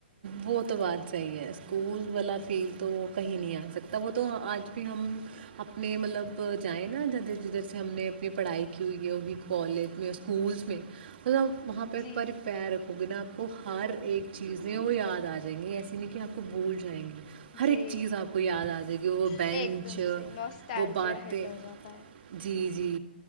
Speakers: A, on the right; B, on the left.
A: وہ تو بات صحیح ہے اسکول والا فیل تو کہیں نہیں آ سکتا وہ تو آج بھی ہم اپنے مطلب جائیں نا جدھر جدھر سے ہم نے اپنی پڑھائی کی ہوئی ہے وہ بھی کالج میں اسکولس میں مطلب وہاں پہ ایک
B: جی
A: باری پیر رکھو گے نا آپ وہ ہر ایک چیز وہ یاد آ جائیں گی ایسی نہیں کہ آپ کو بھول جائیں گی ہر
B: جی
A: ایک چیز آپ کو یاد آ جائے گی وہ بینچ
B: ایک دم سے نوسٹالجیا
A: وہ باتیں
B: ہٹ ہو جاتا ہے
A: جی جی